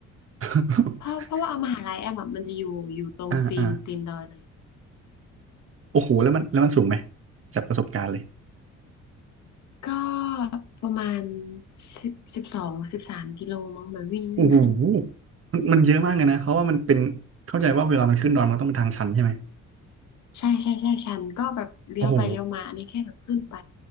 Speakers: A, on the right (about 50°); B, on the left (about 70°).
A: <laughs>
B: เพราะเพราะว่าเอามหาลัยแอมอะมันจะอยู่อยู่ตรงตีนตีนดอยเลย
A: อ่าอ่าโอ้โหแล้วมันแล้วมันสูงไหมจากประสบการณ์เลย
B: ก็ประมาณสิบสิบสองสิบสามกิโลมั้งแบบวิ่งวิ่งขึ้น
A: โอ้โหมันมันเยอะมากเลยนะเพราะว่ามันเป็นเข้าใจว่าเวลามันขึ้นดอยมันต้องเป็นทางชันใช่ไหม
B: ใช่ใช่ใช่ชันก็แบบเลี้ยวไปเลี้ยวมาอันนี้แค่แบบขึ้นไป
A: โอ้โห